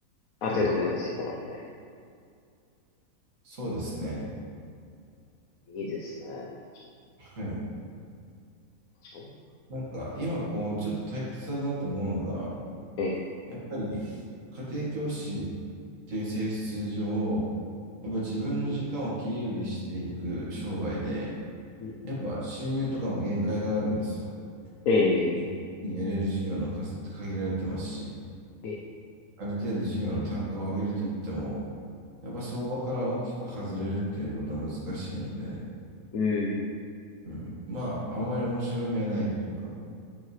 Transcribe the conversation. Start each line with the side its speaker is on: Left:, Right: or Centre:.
Right: はい。
Left: ある程度目処ついたらみたいな。
Right: そうですね。
Left: いいですね。確か
Right: はい。
Left: に、確かに。
Right: なんか、今、こう、ちょっと退屈だなと思うのが、
Left: ええ。
Right: やっぱり、家庭教師っていう性質上、やっぱ自分の時間を切り売りしていく商売で、
Left: うん
Right: やっぱ収入とかも限界があるんですよ。
Left: ええ
Right: 一気にやれる事業の数って限られてますし、
Left: で、
Right: ある程度事業の単価を上げるといっても、やっぱ相場から大きく外れるっていうことは難しいので、
Left: うん。
Right: うん、まあ、あまり面白みはないというか、